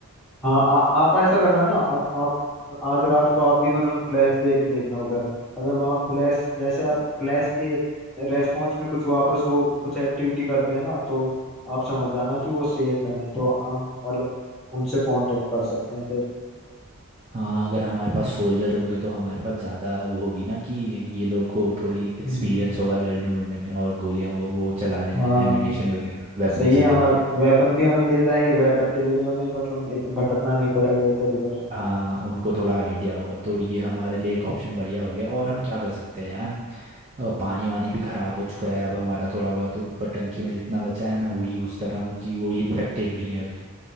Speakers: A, in the centre; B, on the right (about 25°).
A: हाँ आ, आप ऐसा करना ना अब आप आज रात को आप भी मतलब फ्लैश दे के देखना उधर अगर वहाँ फ्लैश जैसे आप फ्लैश के रेस्पॉन्स में कुछ वापस वो कुछ एक्टिविटी करते हैं ना तो आप समझ जाना कि वो सेफ है तो हम मतलब उनसे कांटेक्ट कर सकते हैं फिर
B: हाँ अगर हमारे पास सोल्जर होंगे तो हमारे पास ज़्यादा वो होगी ना कि ये लोग को थोड़ी एक्सपीरियंस
A: हम्म
B: होगा लड़ने उड़ने में और गोलियाँ वो वो चलाने
A: हाँ
B: में एम्यूनेशन वगैरह वेपन
A: सही
B: चलाने
A: है हमारे
B: में
A: वेपन भी हमें मिल जाएंगे वेपन के लिए भी हमें मतलब एक भटकना नहीं पड़ेगा इधर उधर
B: हाँ उनको थोड़ा आइडिया होगा तो ये हमारे लिए एक ऑप्शन बढ़िया हो गया और हम क्या कर सकते हैं यार अ, पानी वानी भी ख़राब हो चुका है अब हमारा थोड़ा बहुत तो ऊपर टंकी में जितना बचा है मैं वही यूज़ कर रहा हूँ क्योंकि वही इन्फेक्टेड नहीं है अभी